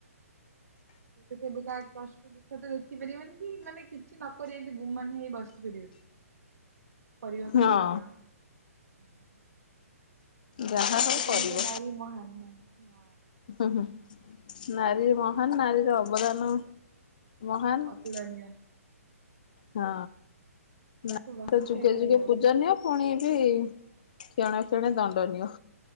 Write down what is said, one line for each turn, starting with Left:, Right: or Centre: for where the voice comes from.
Right: ସେ ତ କେବେ କାହା କଷ୍ଟ ଦୁଃଖ ତ ଦେଖିପାରିବନି କି ମାନେ କିଛି ନକରି ଏମତି ଗୁମାନ ହେଇ ବସିପାରିବନି। କରିବାକୁ
Left: ହଁ।
Right: ହିଁ ପଡିବ। <inaudible>
Left: ଯାହା
Right: ସେଥିପାଇଁ
Left: ହଉ କରିବ।
Right: ତ ନାରୀ ମହାନ ନାଁ ନୁହଁ
Left: ହୁଁ ହୁଁ ନାରୀ ମହାନ ନାରୀର କରିବାର ନାହିଁ ମହାନ
Right: ଅତୁଳନୀୟ
Left: ହଁ।
Right: ତାକୁ
Left: ନା
Right: ବକ୍ଷ୍ୟା
Left: ତ ଯୁଗେ
Right: କରିହବନି
Left: ଯୁଗେ ପୂଜା ନିଅ ପୁଣି ସେ ଖଆଣ ଖିଣ ଦାଣ୍ଡ ନିିଓ